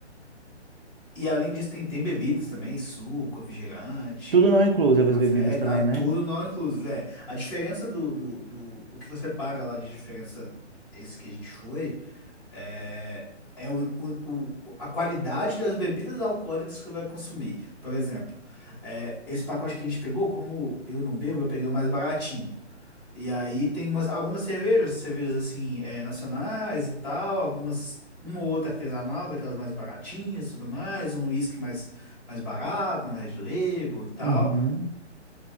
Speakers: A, in the centre; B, on the right.
A: E além disso, tem, tem bebidas também, suco, refrigerante,
B: Tudo não incluso, as
A: café,
B: bebidas também,
A: tá? Tudo
B: né?
A: não inclusive, é. A diferença do, do, do... O que você paga lá de diferença, esse que a gente foi, é... É o, o, o- a qualidade das bebidas alcoólicas que você vai consumir. Por exemplo, é, esse pacote que a gente pegou, como eu não bebo, eu peguei o mais baratinho. E aí tem umas, algumas cervejas, cervejas assim, é, nacionais e tal, algumas, uma ou outra artesanal, daquelas mais baratinhas e tudo mais, um whisky mais, mais barato, um Red Label e tal.
B: Uhum.